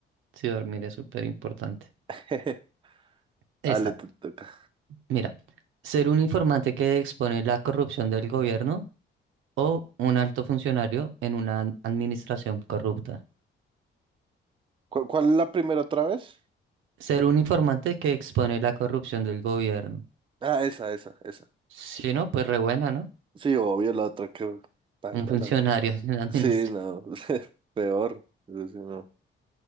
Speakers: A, on the right (about 80°); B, on the right (about 25°).
A: sí, dormir es súper importante.
B: <laughs>
A: Esta,
B: Ale, te toca.
A: mira, ser un informante que expone la corrupción del gobierno o un alto funcionario en una administración corrupta.
B: ¿Cu- ¿Cuál, es la primera otra vez?
A: Ser un informante que expone la corrupción del gobierno.
B: Ah, esa, esa, esa.
A: Si no, pues re buena, ¿no?
B: Sí, obvio, la otra que baila,
A: Un funcionario
B: la otra.
A: <laughs> en la administración.
B: Sí, no, <laughs> peor. Eso sí, no.